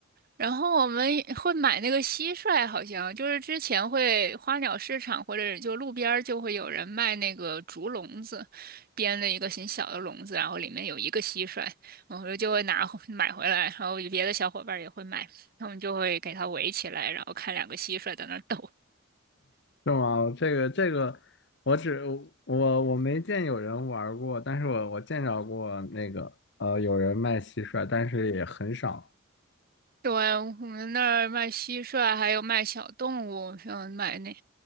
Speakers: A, on the right (about 45°); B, on the left (about 55°).
A: 然后我们也会买那个蟋蟀，好像就是之前会花鸟市场或者就路边儿就会有人卖那个竹笼子，编的一个很小的笼子，然后里面有一个蟋蟀，我们就会拿回买回来，然后别的小伙伴儿也会买，他们就会给它围起来，然后看两个蟋蟀在那儿斗。
B: 是吗？这个这个，我只我我没见有人玩过，但是我我见着过那个呃有人卖蟋蟀，但是也很少。
A: 对，我们那儿卖蟋蟀，还有卖小动物，像买那，